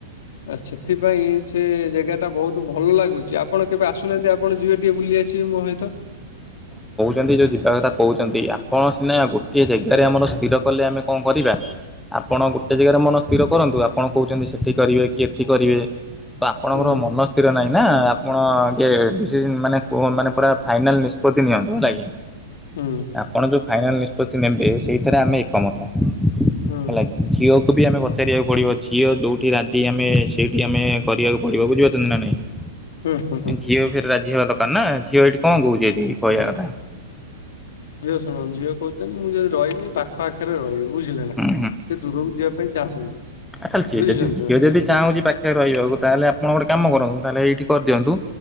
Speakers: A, on the left (about 60°); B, in the centre.
A: ଆ ସେଥିପାଇଁ ସେ ଜେଗା ଟା ବହୁତ୍ ଭଲ ଲାଗୁଚି ଆପଣ କେବେ ଆସୁନାହାନ୍ତି ଆ ପଣ ଜିବେ ଟିକେ ବୁଲି ଆସିବେ ମୋ ସହିତ।
B: କେ ଯେ ଯିଦା <inaudible> କହୁଚନ୍ତି ଆପଣ ସିନା ଗୋଟିଏ ଜେଗାରେ ଆମର ସ୍ଥିର କଲେ ଆମେ କଣ କରିବା ଆପଣ ଗୋଟେ ଜେଗାରେ ମନ ସ୍ଥିର କରନ୍ତୁ ଆପଣ କହୁଚନ୍ତି ସେଠି କରିବା କି ଏଠି କରିବେ ତ ଆପଣଙ୍କର
A: ହୁଁ
B: ମନ ସ୍ଥିର ନାହିଁ ନା ଆପଣ କି ଏଡିସିସନ୍ ମାନେ କୁହ ମାନେ ପୁରା ଫାଇନାଲ୍ ନିଷ୍ପତି ନିଅନ୍ତୁ ହେଲା କି
A: ହୁଁ।
B: ଆପଣ ଯୋଉ ଫାଇନାଲ୍ ନିଷ୍ପତ୍ତି ନେବେ ସେଇଥିରେ ଆମେ ଏକମତ
A: ହୁଁ
B: ହେଲାକି ଝିଅକୁ ବି ଆମେ
A: ହୁଁ
B: ପଚାରିଆକୁ ପଢିବ ଝିଅ ଯୋଉଠି ରାଜି ଆମେ ସେଇଠି ଆମେ କରିବାକୁ ପଡିବ ବୁଝିପାରୁଚନ୍ତି ନା ନାଇଁ?
A: ହୁଁ ହୁଁ ହୁଁ।
B: ଝିଅ ଫେରେ ରାଜି ହବା ଦକାର ନା ଝିଅ ଏଠି କଣ କହୁଛି ଏଠି କହିଆ କଥା
A: ଝିଅ ଶୁଣ ଝିଅ କହୁଚନ୍ତି ମୁଁ ଯଦି ରହିବି ପାଖ ଆଖରେ ରହିବୁ। ବୁଝିଲେ ନା
B: ହୁଁ
A: ସେ ଦୂରକୁ ଯିବା ପାଇଁ ଚାହୁଁନି।
B: ଆଉ ତାଲେ ଝିଅ
A: ବୁଝୁଛନ୍ତି
B: ଯଦି ଝିଅ
A: ତ
B: ଯଦି ଚାହୁଁଚି ପା ଖେରେ ରହିବାକୁ ତାହେଲେ ଆପଣ ଗୋଟେ କାମ କରନ୍ତୁ ତାହଲେ ଏଇଠି କରିଦିଅନ୍ତୁ